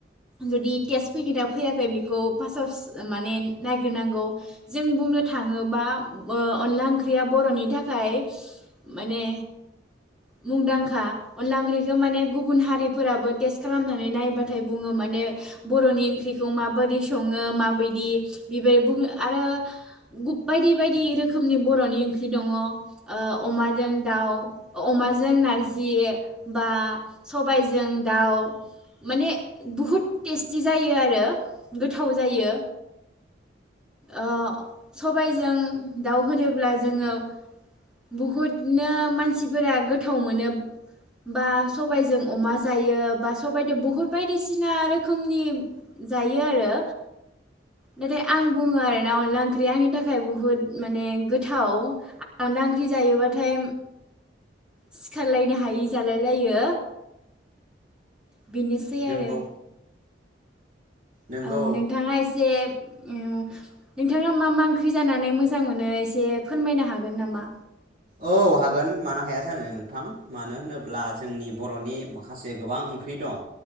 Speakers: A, in the centre; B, on the right (about 50°).
A: जुदि टेस्ट पेकेटआ फैयाखै बेखौ फास्टाव माने नायग्रोनांगौ जों बुंनो थाङोबा ओ अनला ओंख्रिया बर'नि थाखाय माने मुंदांखा अनला ओंख्रिखौ माने गुबुन हारिफोराबो टेस्ट खालामनानै नायबाथाय बुङो माने बर'नि ओंख्रिखौ माबोरदि सङो माबायदि बेबायदि बिबा आरो बायदि बेबायदि रोखोमनि बर'नि ओंख्रि दङ ओ अमाजों दाउ अ अमाजों नारजि बा सबायजों दाउ माने बहुद टेस्टि जायो आरो गोथाव जायो ओ सबायजों दाउ होनोब्ला जोङो बहुदनो मानसिफोरा गोथाव मोनो बा सबायजों अमा जायो बा सबाइदो बुहुद बायदिसिना रोखोमनि जायो आरो नाथाय आं बुङो आरोना अनला ओंख्रिया आंनि थाखाय बुहुद माने गोथाव अनला ओंख्रि जायोबाथाय सिखारलायनो हायि जालायलायो। बेनोसै
B: नंगौ
A: आरो।
B: नंगौ
A: औ नोंथाङा एसे उम नोंथाङा मा मा ओंख्रि जानानै मोजां मोनो एसे फोरमायनो हागोन नामा?
B: औ हागोन मानो हाया जानो नोंथां मानो होनोब्ला जोंनि बर'नि माखासे गोबां ओंख्रि दं।